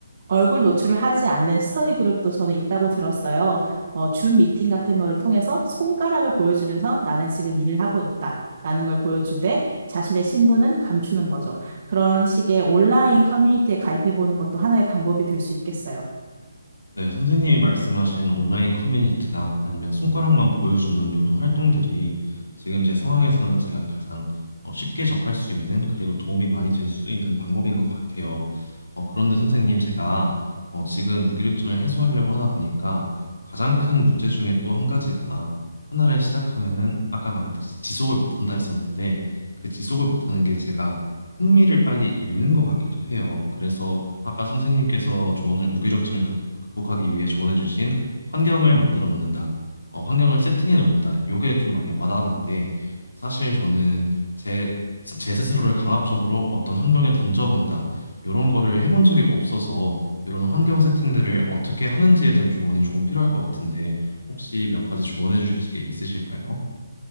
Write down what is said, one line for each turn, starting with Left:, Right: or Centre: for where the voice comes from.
Right: 얼굴 노출을 하지 않는 스터디 그룹도 저는 있다고 들었어요. 어, 줌 미팅 같은 거를 통해서 손가락을 보여주면서 나는 지금 일을 하고 있다. 라는 걸 보여주되 자신의 신분은 감추는 거죠. 그런 식의 온라인 커뮤니티에 가입해보는 것도 하나의 방법이 될 수 있겠어요.
Left: 네, 선생님이 말씀하신 온라인 커뮤니티나 아니면 손가락만 보여주는 이런 활동들이 지금 제 상황에서는 제가 가장 어, 쉽게 접할 수 있는 그리고 도움이 많이 될 수 있는 방법인 것 같아요. 어, 그런데 선생님 제가 어, 지금 무기력증을 해소하려고 하다 보니까 가장 큰 문제 중에 또 한 가지가 하나를 시작하면은 아까 말했듯이 지속을 못한다 했었는데 그 지속을 못하는 게 제가 흥미를 빨리 잃는 것 같기도 해요. 그래서 아까 선생님께서 조언을 무기력증을 극- 극복하기 위해 조언해 주신 환경을 만들어 놓는다. 어, 환경을 세팅해 놓는다. 요게 좀 많이 와닿았는데 사실 저는 제, 제 스스로를 강압적으로 어떤 환경에 던져본다. 이런 거를 해본 적이 없어서 이런 환경 세팅들을 어떻게 하는지에 대한 조언이 조금 필요할 것 같은데 혹시 몇 가지 조언해 주실 게 있으실까요?